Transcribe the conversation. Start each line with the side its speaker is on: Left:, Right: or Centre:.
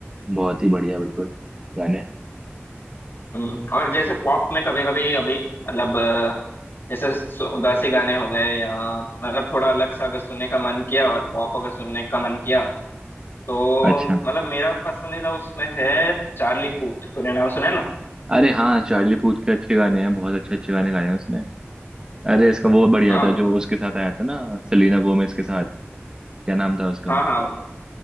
Right: बहुत ही बढ़िया बिल्कुल गाने
Left: हम्म, और जैसे पॉप में कभी कभी अभी मतलब अ, जैसे सु- उदासी गाने हो गए या मतलब थोड़ा अलग सा अगर सुनने का मन किया और पॉप अगर सुनने का मन किया तो
Right: अच्छा
Left: मतलब मेरा पसंदीदा उसमें है चार्ली पूथ तूने नाम सुना है ना
Right: अरे हाँ चार्ली पूथ के अच्छे गाने हैं बहुत अच्छे अच्छे गाने गाए हैं उसने अरे इसका वो बढ़िया
Left: हाँ
Right: था
Left: भाई
Right: जो उसके साथ आया था ना सेलेना गोमेज के साथ क्या नाम था उसका
Left: हाँ हाँ भाई।